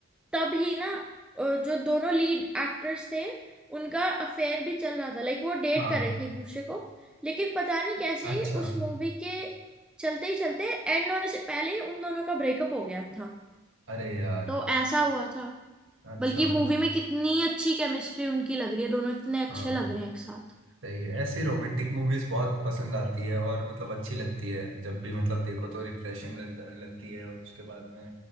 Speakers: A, in the centre; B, on the right.
A: तब ही ना अ, जो दोनों लीड एक्टर्स थे उनका अफेयर भी चल रहा था लाइक वो डेट
B: हाँ
A: कर रहे थे एक दूसरे को लेकिन पता नहीं कैसे
B: अच्छा
A: ही उस मूवी के चलते ही चलते एंड होने से पहले ही उन दोनों का ब्रेकअप हो गया था
B: अरे यार
A: तो ऐसा हुआ था
B: अच्छा
A: बल्कि मूवी में कितनी अच्छी केमिस्ट्री उनकी लग रही है दोनों इतने अच्छे
B: हाँ
A: लग रहे हैं एक साथ
B: सही है ऐसी रोमांटिक मूवीज बहुत पसंद आती है और मतलब अच्छी लगती है जब भी मतलब देखो तो रिफ्रेशिंग लग, लगती है और उसके बाद में